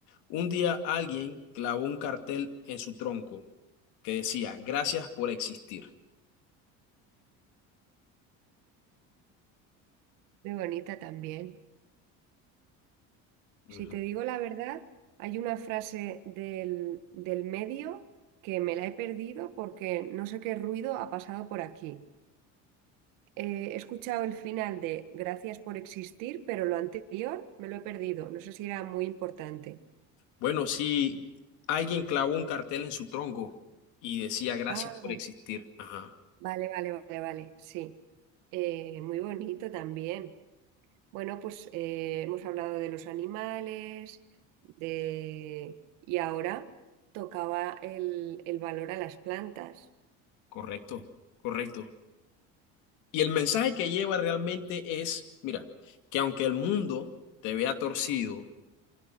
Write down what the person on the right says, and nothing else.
muy bonita también.
Si te digo la verdad, hay una frase del, del medio que me la he perdido porque no sé qué ruido ha pasado por aquí. Eh, he escuchado el final de Gracias por existir, pero lo anterior me lo he perdido. No sé si era muy importante.
Ah,
vale, vale, vale, vale, sí. Eh, muy bonito también. Bueno, pues eh, hemos hablado de los animales, de... Y ahora tocaba el, el valor a las plantas.